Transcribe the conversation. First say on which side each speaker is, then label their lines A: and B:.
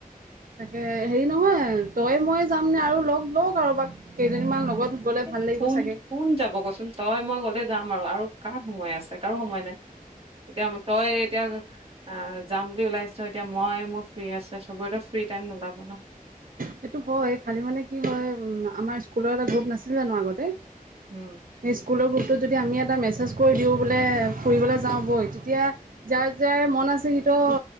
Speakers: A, on the right; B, on the right.
A: তাকে হেৰি নহয়, তই, মই যাম নে, আৰু লগ লওঁ কাৰোবাক কেইজনীমান লগত গ'লে
B: এ
A: ভাল লাগিব
B: কোন
A: চাগে
B: কোন যাব ক'চোন, তই মই গলে যাম আৰু, আৰু কাৰ সময় আছে, কাৰো সময় নাই। এতিয়া তই এতিয়া আ যাম বুলি ওলাইছ এতিয়া, মই মোৰ ফ্ৰী আছে চবৰেতো ফ্ৰী টাইম নোলাব ন'।
A: সেইটো হয়, খালী মানে কি হয়, আমাৰ স্কুলৰ এটা গ্ৰুপ নাছিল জানো আগতে।
B: উম'।
A: সেই স্কুলৰ গ্ৰুপটোত যদি আমি এটা মেছেজ কৰি দিওঁ বোলে, ফুৰিবলৈ যাওঁ বৈ তেতিয়া যাৰ যাৰ মন আছে সি ত'।